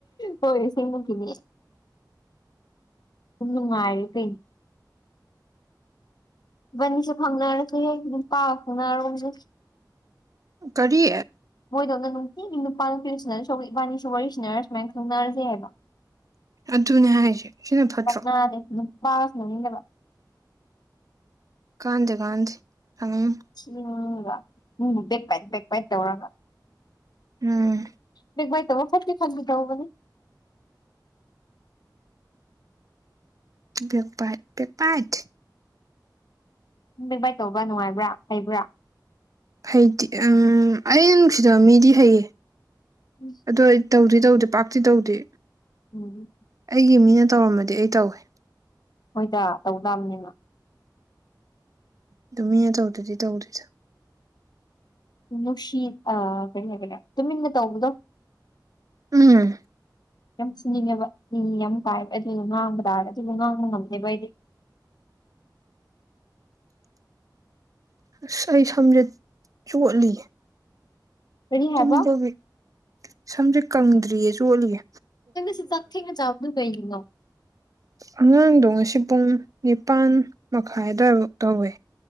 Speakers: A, on the left (about 65°); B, on the right (about 50°).
A: ꯍꯣꯏ ꯁꯦꯡꯅꯅꯤ ꯅꯨꯡꯉꯥꯏ ꯀꯩꯅꯣ ꯏꯕꯅꯤ ꯁꯨ ꯈꯪꯅꯔꯁꯤ ꯅꯨꯄꯥꯒ ꯈꯪꯅꯔ ꯒꯨꯝꯁꯤ
B: ꯀꯔꯤ
A: ꯃꯣꯏꯗꯧꯅ ꯅꯨꯡꯇꯤꯒꯤ ꯅꯨꯄꯥ ꯅꯨꯄꯤꯁꯤꯅ ꯏꯕꯥꯅꯤꯁꯨ ꯋꯥꯔꯤꯁꯤꯅꯔ ꯁꯨꯃꯥꯏꯅ ꯁꯪꯅꯔꯁꯦ ꯍꯥꯏꯕ
B: ꯑꯗꯨꯅꯦ ꯍꯥꯏꯁꯦ ꯁꯤꯅ ꯐꯠꯇ꯭ꯔꯣ
A: ꯀꯅꯥꯗꯦ ꯅꯨ ꯁꯅꯥꯅꯤꯡꯗꯕ
B: ꯀꯥꯟꯗꯦ ꯀꯥꯟꯗꯦ ꯁꯥꯅꯧꯅꯨ
A: <unintelligible> ꯃꯤꯕꯨ ꯕꯦꯛ ꯕꯤꯗ ꯕꯦꯛ ꯕꯦꯗ ꯇꯧꯔꯒ
B: ꯎꯝ
A: ꯕꯦꯛ ꯕꯦꯗ <unintelligible>
B: ꯕꯦꯛ ꯕꯦꯗ ꯕꯦꯛ ꯕꯦꯗ
A: ꯕꯦꯛ ꯕꯤ ꯇꯧꯕ ꯅꯨꯡꯉꯥꯏꯕ꯭ꯔꯥ ꯍꯩꯕ꯭ꯔꯥ
B: ꯍꯩꯇꯦ ꯑꯩꯩꯅ ꯅꯨꯡꯁꯤꯗꯕ ꯃꯤꯗꯤ ꯍꯩꯌꯦ
A: ꯎꯝ
B: ꯑꯗꯣ ꯑꯩ ꯇꯧꯗꯤ ꯇꯧꯗꯦ ꯄꯥꯛꯇꯤ ꯇꯧꯗꯦ
A: ꯎꯝ
B: ꯑꯩꯒꯤ ꯃꯤꯅ ꯇꯧꯔꯝꯃꯗꯤ ꯑꯩ ꯇꯧꯏ
A: ꯍꯣꯏꯗ ꯇꯧꯗꯕꯅꯤꯅ
B: ꯑꯗꯨ ꯃꯤ ꯑꯆꯧꯗ꯭ꯔꯗꯤ ꯇꯧꯗꯣꯏꯁꯥ
A: ꯅꯨꯡꯁꯤꯠ ꯀꯩ ꯍꯥꯏꯈꯦ ꯇꯨꯃꯤꯟꯅ ꯇꯧꯕꯗꯣ
B: ꯎꯝ
A: ꯌꯥꯝ ꯁꯨꯅꯤꯡꯉꯦꯕ ꯃꯤ ꯌꯥꯝ ꯀꯥꯏꯕ ꯑꯗꯨ ꯉꯥꯡꯕ ꯇꯥꯔꯦ ꯑꯗꯨꯕꯨ ꯉꯥꯡꯕ ꯉꯝꯅꯦꯕ ꯑꯩꯗꯤ
B: ꯑꯁ ꯑꯩ ꯁꯝꯁꯦꯠ ꯆꯣꯠꯂꯤ
A: ꯀꯔꯤ
B: ꯇꯨꯝꯕꯒꯤ
A: ꯍꯥꯏꯕ
B: ꯁꯝꯁꯦ ꯀꯪꯗ꯭ꯔꯤꯌꯦꯁꯨ ꯑꯣꯠꯂꯤꯌꯦ
A: ꯁꯤ ꯆꯊ ꯆꯥ ꯀꯩꯅꯣ
B: ꯑꯉꯥꯡꯗꯣ ꯉꯁꯤ ꯄꯨꯡ ꯅꯤꯄꯥꯟ ꯃꯈꯥꯏꯗꯐꯛ ꯇꯧꯋꯤ